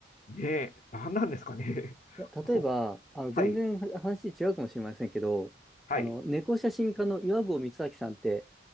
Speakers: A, on the left; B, in the centre.
A: で、何なんですかね。
B: いや、
A: <laughs> もう、
B: 例えば、あの、
A: はい、
B: 全然話違うかもしれませんけど、
A: はい、
B: あの、猫写真家の岩合光昭さんって、